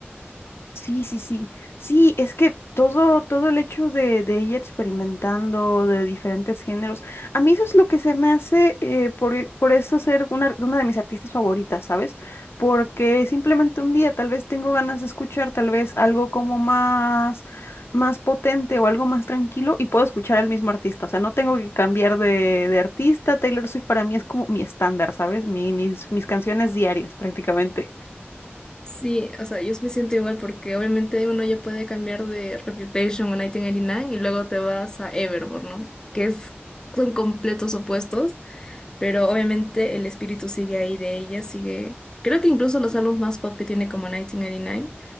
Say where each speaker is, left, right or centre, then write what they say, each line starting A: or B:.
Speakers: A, on the left (about 70°); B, on the left (about 20°).
A: Sí, sí, sí. Sí, es que todo, todo el hecho de, de ella experimentando de diferentes géneros, a mí eso es lo que se me hace eh, por, e- por eso ser una, una de mis artistas favoritas, ¿sabes? Porque simplemente un día tal vez tengo ganas de escuchar tal vez algo como más, más potente o algo más tranquilo y puedo escuchar al mismo artista. O sea, no tengo que cambiar de, de artista. Taylor Swift para mí es como mi estándar, ¿sabes? Mi, mis, mis canciones diarias prácticamente.
B: Sí, o sea, yo me siento igual porque obviamente uno ya puede cambiar de Reputation o 1989 y nueve y luego te vas a Evermore, ¿no? Que es, son completos opuestos, pero obviamente el espíritu sigue ahí de ella, sigue, creo que incluso los álbumes más pop que tiene como 1989